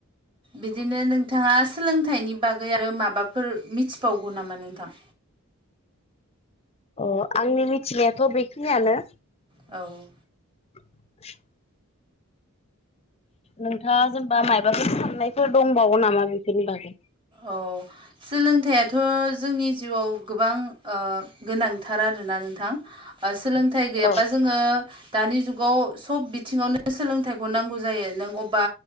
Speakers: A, on the right; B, on the left.
A: बिदिनो नोंथाङा सोलोंथाइनि बागै आरो माबाफोर मिथिबावगौ नामा नोंथां?
B: अ आंनि मिथिनायाथ' बेखिनियानो।
A: औ
B: <inaudible> नोंथाङा जेनेबा मायाबाफोर साननायफोर दंबावो नामा बेफोरनि बागै?
A: औ सोलोंथाइथ' जोंनि जिउआव गोबां गोनांथार आरोना नोंथां सोलोंथाइ गैयाबा
B: औ
A: जोङो दानि जुगाव सब बिथिङावनो सोलोंथाइखौ नांगौ जायो नों अबा